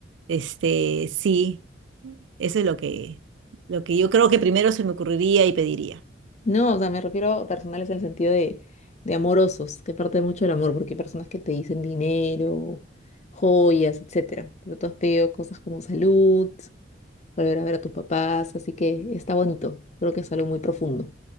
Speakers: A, on the right; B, on the left.
A: este, sí, eso es lo que, lo que yo creo que primero se me ocurriría y pediría.
B: No, o sea, me refiero a personales en el sentido de, de amorosos, que parte mucho del amor, porque hay personas que te dicen dinero, joyas, etcétera. Pero tú has pedido cosas como salud, volver a ver a tus papás, así que está bonito. Creo que es algo muy profundo